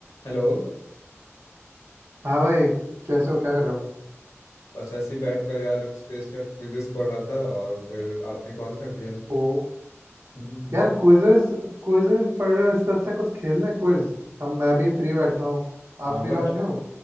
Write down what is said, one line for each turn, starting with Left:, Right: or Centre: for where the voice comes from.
Left: Hello
Right: हाँ भाई कैसे हो क्या कर रहे हो
Left: बस ऐसे ही बैठ कर यार स्पेस का क्विजेस पढ़ रहा था और फिर आपने कॉल कर दिया
Right: ओ
Left: हम्म,
Right: यार क्विजेस क्विजेस पढ़ रहे हो इससे अच्छा कुछ खेल लें क्विज हम मैं भी फ्री बैठा हूँ
Left: हाँ
Right: आप फ्री
Left: बट
Right: बैठे हो